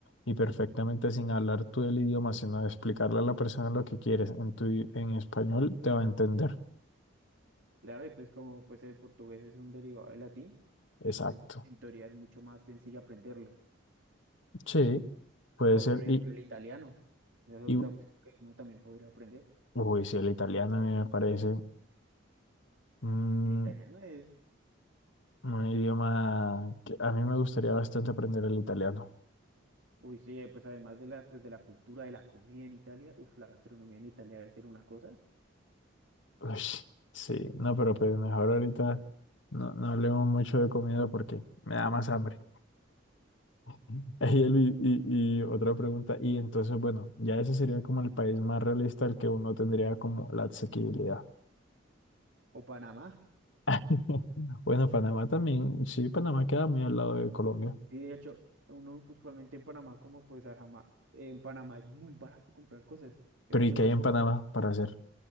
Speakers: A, on the left; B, on the right.
A: y perfectamente sin hablar tú el idioma, sino de explicarle a la persona lo que quieres en tu, i- en español, te va a entender.
B: Claro, y pues como pues el portugués es un derivado del latín, Entonces,
A: Exacto.
B: en teoría es mucho más sencillo aprenderlo.
A: Sí, puede
B: O,
A: ser.
B: por ejemplo,
A: Y,
B: el italiano. Esa es otra
A: y
B: opción que uno también podría aprender.
A: uy, sí, el italiano a mí me parece mm,
B: El italiano es,
A: un idioma que a mí me gustaría bastante aprender el italiano.
B: uy, sí, eh, pues además de la, pues de la cultura, de la comida en Italia, uf, la gastronomía en Italia debe ser una cosa.
A: Uy, sí, no, pero pues mejor ahorita no, no hablemos mucho de comida porque me da más hambre. <laughs> Ey, Elvi, Y, y, otra pregunta, y entonces, bueno, ya ese sería como el país más realista al que uno tendría como la asequibilidad.
B: O Panamá.
A: <laughs> Bueno, Panamá también, sí, Panamá queda muy al lado de Colombia,
B: Y de hecho, uno usualmente en Panamá, como pues a Jamá- en Panamá es muy barato comprar cosas. Es
A: pero ¿y
B: demasiado
A: qué hay en Panamá
B: barato.
A: para hacer?